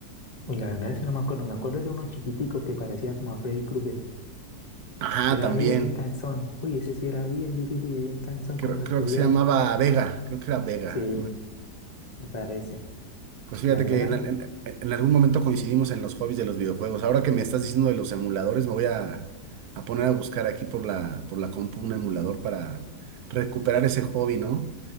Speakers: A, on the left (about 30°); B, on the right (about 70°).
A: Uy, la verdad es que no me acuerdo, me acuerdo de uno chiquitico que parecía como a Freddy Krueger.
B: Ajá,
A: que Era
B: también.
A: bien cansón. Uy, ese sí era bien difícil y bien cansón
B: Creo,
A: cuando lo
B: creo
A: escogía.
B: que se llamaba Vega, creo que era Vega.
A: Sí, me parece.
B: Pues fíjate
A: La verdad
B: que en, al-
A: era-
B: en- en algún momento coincidimos en los hobbies de los videojuegos. Ahora que me estás diciendo de los emuladores, me voy a, a poner a buscar aquí por la, por la compu un emulador para recuperar ese hobby, ¿no?